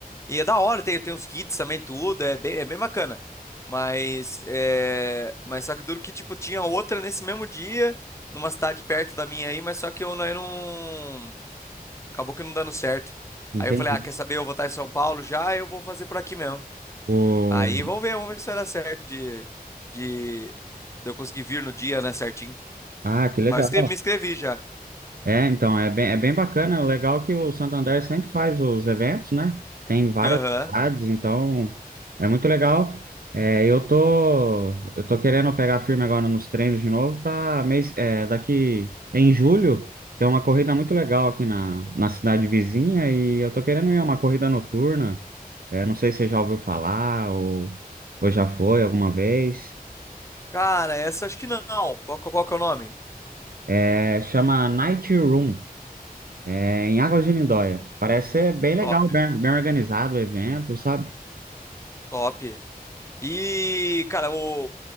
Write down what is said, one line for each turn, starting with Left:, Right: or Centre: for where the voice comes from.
Left: E é da hora, tem, tem uns kits também, tudo, é bem, é bem bacana. Mas, é, mas só que duro que, tipo, tinha outra nesse mesmo dia, numa cidade perto da minha aí, mas só que eu, não- eu não acabou que não dando certo.
Right: Entendi.
Left: Aí eu falei, ah, quer saber? Eu vou estar em São Paulo já, eu vou fazer por aqui mesmo.
Right: O...
Left: Aí vamos ver, vamos ver se vai dar certo de, de, de eu conseguir vir no dia, né, certinho.
Right: Ah, que legal.
Left: Mas eu escrevi- me inscrevi já.
Right: É, então, é bem, é bem bacana. O legal é que o Santander sempre faz os eventos, né? Tem várias
Left: Aham.
Right: cidades, então é muito legal. É, eu tô, eu tô querendo pegar firme agora nos treinos de novo para mês, é, daqui em julho tem uma corrida muito legal aqui na, na cidade vizinha e eu tô querendo ir a uma corrida noturna. É, não sei se você já ouviu falar ou, ou já foi alguma vez.
Left: Cara, essa acho que não. Qual, que- qual que é o nome?
Right: É, chama Night Run. é, em Águas de Lindóia. Parece ser bem legal,
Left: Top,
Right: bem, bem organizado o evento, sabe?
Left: top. E, cara, o,